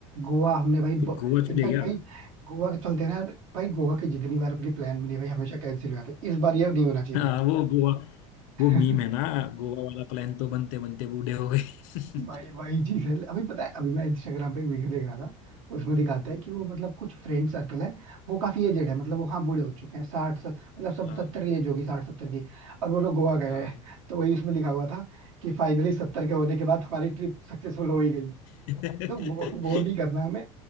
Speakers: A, on the right; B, on the left.
A: गोवा हमने भाई
B: फिर गोवा
A: इनफैक्ट
B: चले गया
A: भाई गोवा के चलते हैं ना भाई गोवा की जितनी बार अपनी प्लान बनी है भाई हमेशा कैंसिल हो जाते हैं इस बार ये नहीं होना चाहिए
B: हाँ वो गोवा
A: भाई
B: वो मीम
A: <laughs>
B: है ना गोवा वाला प्लान तो बनते बनते बूढ़े हो गए
A: भाई
B: <laughs>
A: वही चीज है अभी पता है अभी मैं इंस्टाग्राम पे एक वीडियो देख रहा था उसमें दिखाता है कि वो मतलब कुछ फ्रेंड सर्कल है वो काफी एजेड है मतलब वो हाँ बूढ़े हो चुके हैं साठ सत, मतलब सब
B: हाँ
A: सत्तर की एज होगी साठ सत्तर की और वो लोग गोवा गए
B: हाँ
A: हैं <laughs> तो वही उसमें लिखा हुआ था कि फाइनली सत्तर के होने के बाद हमारी ट्रिप सक्सेसफुल हो ही गई
B: <laughs>
A: तो वो वो नहीं करना हमें